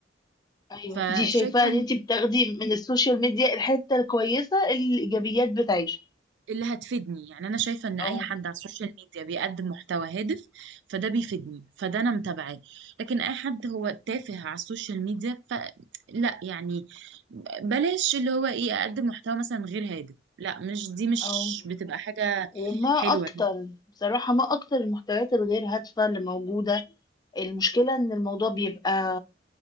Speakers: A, on the left; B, on the right.
A: ايوه
B: فشايفة
A: دي شايفاها ان انت بتاخدي من السوشيال ميديا الحتة الكويسة الايجابيات بتاعتها
B: اللي هتفيدني يعني انا شايفه ان
A: اه
B: اي حد على السوشيال ميديا بيقدم محتوى هادف فده بيفيدني فده انا متابعاه لكن اي حد هو تافه على السوشيال ميديا فلا يعني بلاش اللي هو ايه اقدم محتوى مثلا غير هادف لا مش دي مش
A: اه
B: بتبقى حاجه
A: وما
B: حلوه
A: اكتر بصراحة ما اكتر المحتويات الغير هادفة اللي موجودة المشكلة إن الموضوع بيبقى